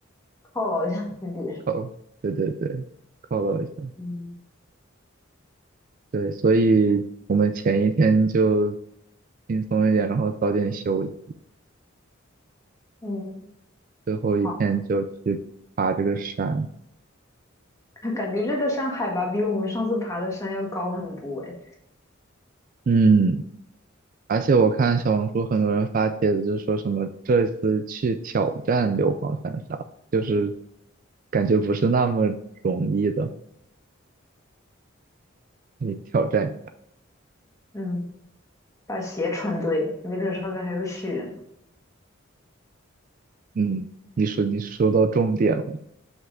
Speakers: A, on the left (about 15°); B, on the right (about 40°).
A: 犒劳一下自己。
B: 犒，对对对，犒劳一下。
A: 嗯，
B: 对，所以我们前一天就轻松一点，然后早点休息，
A: 嗯，
B: 最后一天就去爬这个山。
A: 好。<laughs> 感觉这个山海拔比我们上次爬的山要高很多诶。
B: 嗯，而且我看小红书很多人发帖子，就说什么这次去挑战硫磺山啥，就是感觉不是那么容易的。你挑战一下
A: 嗯，把鞋穿对，没准上面还有雪呢。
B: 嗯，你说你说到重点了，